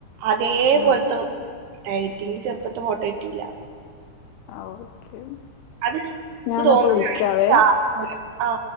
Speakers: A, on the right (about 70°); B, on the left (about 80°).
A: അതേ
B: ആഹ്
A: പോൽത്തെ ഡയറ്റിംഗ് ചെർപ്പത്ത ഫോട്ടോ കിട്ടീല്ല
B: ഓക്കെ
A: അത് എനിക്ക്
B: ഞാ ന്നാപ്പ
A: തോന്നുന്നു
B: വിളിക്കാവേ
A: ആ